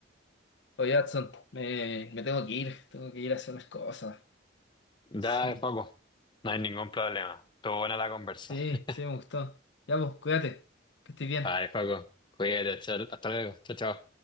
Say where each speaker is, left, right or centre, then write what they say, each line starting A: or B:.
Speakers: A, on the left; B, on the left.
A: Oye, Adson, me, me tengo que ir, tengo que ir a hacer unas cosas.
B: Dale,
A: Sí,
B: Paco, no hay ningún problema. Estuvo buena la conversa.
A: sí,
B: <laughs>
A: sí, me gustó. Ya, pues, cuídate, que estés bien.
B: Dale, Paco, cuídate, chao- hasta luego, chao, chao.